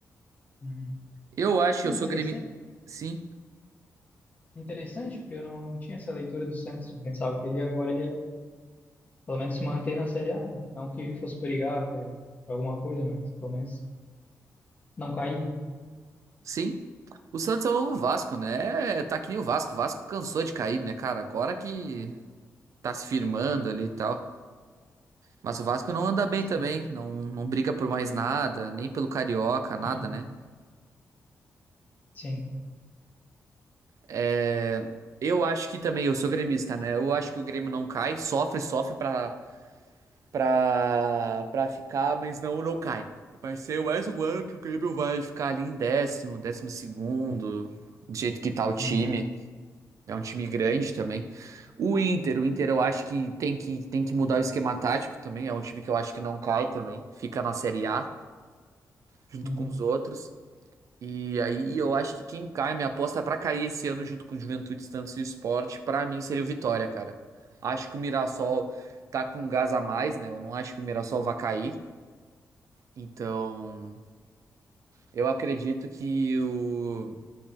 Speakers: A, on the left (about 25°); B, on the right (about 65°).
A: Uhum.
B: Eu acho,
A: É
B: eu
A: interessante,
B: sou gremista. Sim,
A: interessante, porque eu não tinha essa leitura do Santos. Eu pensava que ele ia- agora ele ia, pelo menos, se manter na Série A, né? Não que fosse brigar por, por alguma coisa, mas pelo menos não cair.
B: sim. O Santos é o novo Vasco, né? É, Tá que nem o Vasco. O Vasco cansou de cair, né, cara? Agora que tá se firmando ali e tal. Mas o Vasco não anda bem
A: Sim,
B: também. Não, não briga por mais nada, nem pelo Carioca, nada,
A: Uhum.
B: né?
A: sim.
B: É, Eu acho que também, eu sou gremista, né? Eu acho que o Grêmio não cai, sofre, sofre pra pra, pra ficar, mas não, não cai. Vai ser mais um ano que o Grêmio vai ficar ali em décimo, décimo segundo, do jeito que tá o time.
A: Uhum.
B: É um time grande também. O Inter, o Inter eu acho que tem que, tem que mudar o esquema tático também. É um time que eu acho que não cai também. Fica na Série A, junto
A: Uhum.
B: com os outros. E aí eu acho que quem cai, minha aposta pra cair esse ano junto com o Juventude, Estância e Sport, pra mim seria o Vitória, cara. Acho que o Mirassol tá com gás a mais, né? Eu não acho que o Mirassol vai cair. Então, eu acredito que o